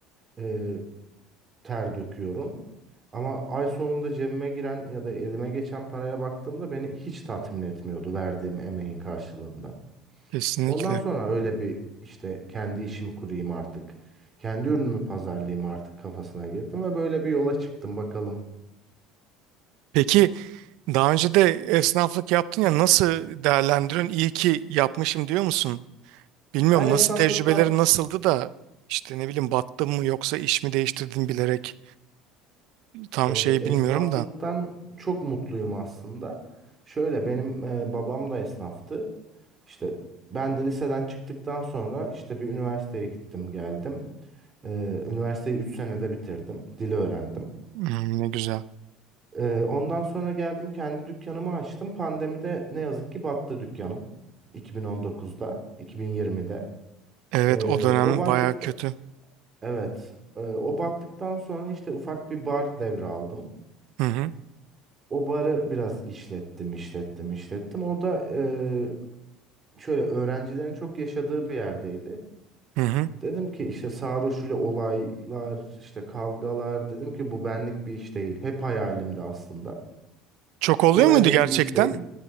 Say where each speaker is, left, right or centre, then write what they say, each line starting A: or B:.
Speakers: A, on the right; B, on the right.
A: e, ter döküyorum. Ama ay sonunda cebime giren ya da elime geçen paraya baktığımda beni hiç tatmin etmiyordu verdiğim emeğin karşılığında.
B: Kesinlikle.
A: Ondan sonra öyle bir işte kendi işimi kurayım artık. Kendi ürünümü pazarlayayım artık kafasına girdim ve böyle bir yola çıktım bakalım.
B: Peki Daha önce de esnaflık yaptın ya nasıl değerlendiriyorsun? İyi ki yapmışım diyor musun? Bilmiyorum
A: Ben esnaflıktan
B: nasıl tecrübelerin nasıldı da işte ne bileyim battın mı yoksa iş mi değiştirdin bilerek tam
A: Ee,
B: şeyi
A: esnaflıktan
B: bilmiyorum da.
A: çok mutluyum aslında. Şöyle benim e, babam da esnaftı. İşte ben de liseden çıktıktan sonra işte bir üniversiteye gittim geldim. Ee, üniversiteyi 3 senede bitirdim. Dili öğrendim.
B: Hmm, ne güzel.
A: Ee, ondan sonra geldim kendi dükkanımı açtım. Pandemide ne yazık ki battı dükkanım. 2019'da, 2020'de.
B: Evet
A: Ee,
B: o dönem
A: o battıkta
B: baya kötü.
A: evet, e, o battıktan sonra işte ufak bir bar devraldım.
B: Hı hı,
A: O barı biraz işlettim, işlettim, işlettim. O da eee, şöyle öğrencilerin çok yaşadığı bir yerdeydi.
B: hı hı.
A: Dedim ki işte sarhoş ile olaylar, işte kavgalar. Dedim ki bu benlik bir iş değil. Hep hayalimdi aslında.
B: Çok oluyor
A: Bu benlik
B: muydu gerçekten?
A: bir iş değil.